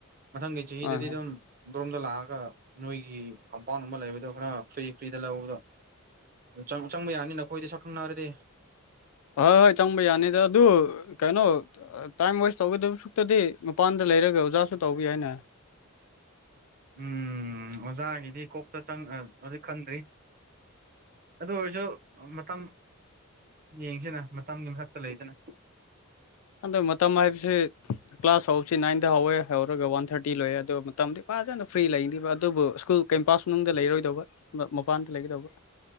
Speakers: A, on the right (about 40°); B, on the left (about 85°).
A: ꯃꯊꯪꯒꯤ ꯆꯍꯤꯗꯗꯤ
B: ꯍꯣꯏ ꯍꯣꯏ
A: ꯑꯗꯨꯝ ꯗꯣꯝꯗ ꯂꯥꯛꯑꯒ ꯅꯣꯏꯒꯤ ꯀꯝꯄꯥꯎꯟꯒꯨꯝꯕ ꯂꯩꯕꯗꯣ ꯈꯔ ꯐ꯭ꯔꯤ ꯐ꯭ꯔꯤꯗ ꯂꯧꯕꯗꯣ ꯆꯪꯕ ꯌꯥꯅꯤꯅ ꯑꯩꯈꯣꯏꯗꯤ ꯁꯛꯈꯪꯅꯔꯗꯤ
B: ꯍꯣꯏ ꯍꯣꯏ ꯆꯪꯕ ꯌꯥꯅꯤꯗ ꯑꯗꯨ ꯀꯩꯅꯣ ꯇꯥꯏꯝ ꯋꯦꯁ ꯇꯧꯒꯗꯕ ꯁꯨꯛꯇꯗꯤ ꯃꯄꯥꯟꯗ ꯂꯩꯔꯒ ꯑꯣꯖꯥꯁꯨ ꯇꯧꯕꯤ ꯍꯥꯏꯏꯅ
A: ꯎꯝ ꯑꯣꯖꯥꯒꯤꯗꯤ ꯀꯣꯛꯇ ꯆ ꯍꯧꯖꯤꯛ ꯈꯟꯗ꯭ꯔꯤ ꯑꯗꯨ ꯑꯣꯏꯔꯁꯨ ꯃꯇꯝ ꯌꯦꯡꯁꯤꯅ ꯃꯇꯝꯒꯤ ꯃꯊꯛꯇ ꯂꯩꯗꯅ
B: ꯑꯗꯣ ꯃꯇꯝ ꯍꯥꯏꯕꯁꯤ ꯀ꯭ꯂꯥꯁ ꯍꯧꯁꯤ ꯅꯥꯏꯟꯗ ꯍꯧꯋꯦ ꯍꯧꯔꯒ ꯋꯥꯟ ꯊꯥꯔꯇꯤ ꯂꯣꯏꯑꯦ ꯑꯗꯨ ꯃꯇꯝꯗꯤ ꯐꯖꯅ ꯐ꯭ꯔꯤ ꯂꯩꯅꯤꯕ ꯑꯗꯨꯕꯨ ꯁ꯭ꯀꯨꯜ ꯀꯦꯝꯄꯥꯁ ꯃꯅꯨꯡꯗ ꯂꯩꯔꯣꯏꯗꯧꯕ ꯃꯄꯥꯟꯗ ꯂꯩꯒꯗꯧꯕ